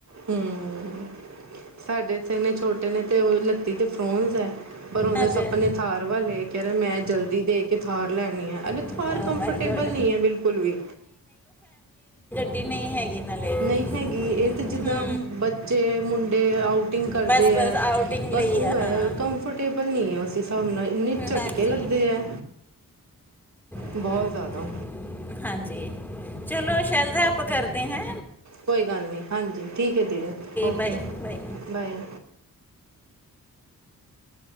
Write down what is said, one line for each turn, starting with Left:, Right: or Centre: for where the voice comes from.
Right: ਹੂੰ ਸਾਡੇ ਇਥੇ ਇਨੇ ਛੋਟੇ ਨੇ ਤੇ ਉਹ ਲਿਤੀ ਤੇ ਫਰੋਨਸ ਹੈ। ਪਰ ਉਹਦੇ
Centre: ਹਾਂਜੀ
Right: ਸਪਨੇ ਥਾਰ ਵਾਲੇ ਕਹਿ ਰਿਹਾ ਮੈਂ ਜਲਦੀ ਦੇ ਕੇ ਥਾਰ ਲੈਣੀ ਆ। ਅਰੇੇ
Centre: oh
Right: Thar comfortable
Centre: my god
Right: ਨਹੀਂ ਹੈ ਬਿਲਕੁਲ ਵੀ।
Centre: ਦੀ ਨਹੀਂ ਹੈਗੀ। ਨਾਲੇ ਹੂੰ
Right: ਨਹੀਂ ਹੈਗੀ ਇਹ ਤੇ ਜਿੱਦਾਂ ਬੱਚੇ ਮੁੰ ਡੇ ਆਊ ਟਿੰਗ ਕਰਦੇ
Centre: ਬਸ
Right: ਹੈ।
Centre: ਬਸ ਆਊਟਿੰਗ
Right: ਬਸ
Centre: ਲਈ
Right: ਉਹ
Centre: ਆ ਹਾਂ
Right: ਹੈ ਕਮਫਰਟੇਬਲ ਨਹੀਂ ਹੈ ਉਹ <unintelligible> ਇੰਨੇ ਝਟਕੇ
Centre: ਹਾਂਜੀ
Right: ਲੱਗਦੇ ਆ।
Centre: ਹਮ,
Right: ਬਹੁਤ ਜ਼ਿਆਦਾ।
Centre: ਹਾਂਜੀ ਚਲੋ ਸ਼ੈਲ ਦਾ ਆਪਾਂ ਕਰਦੇ ਹੈਂ।
Right: ਕੋਈ ਗੱਲ ਨਹੀਂ ਹਾਂਜੀ ਠੀਕ ਹੈ ਦੀਦੀ okay
Centre: bye bye
Right: bye.